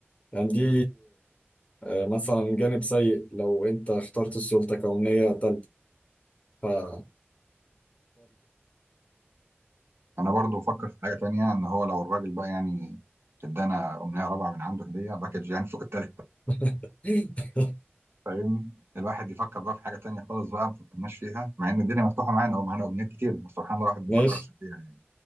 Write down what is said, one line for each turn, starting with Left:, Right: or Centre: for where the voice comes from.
Left: يعني دي آه، مثلا جانب سيء لو انت اخترت السلطة كأمنية تالتة فبرضو
Right: أنا برضو بفكر في حاجة تانية إن هو لو الراجل بقى يعني ادانا أمنية رابعة من عنده هدية باكج يعني <laughs> فوق التلاتة
Left: <laughs>
Right: فاهمني الواحد يفكر بقى في حاجة تانية خالص بقى ما فكرناش فيها مع إن الدنيا مفتوحة معانا هو معانا أمنيات كتير بس سبحان الله الواحد ما
Left: ماشي
Right: فكرش فيها يعني.